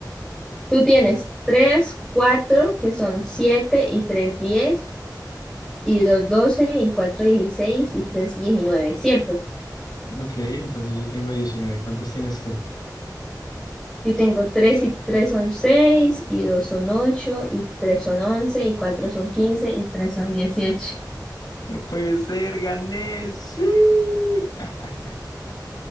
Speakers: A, in the centre; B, on the left.
A: Tú tienes 3, 4, que son 7 y 3, 10 y 2, 12 y 4, 16 y 3, 19. ¿cierto?
B: Ok, entonces yo tengo diecinueve ¿Cuántos tienes tú?
A: Yo tengo 3 y 3 son 6 y 2 son 8 y 3 son 11 y 4 son 15 y 3 son 18.
B: No puede ser, gané. Sí. <laughs>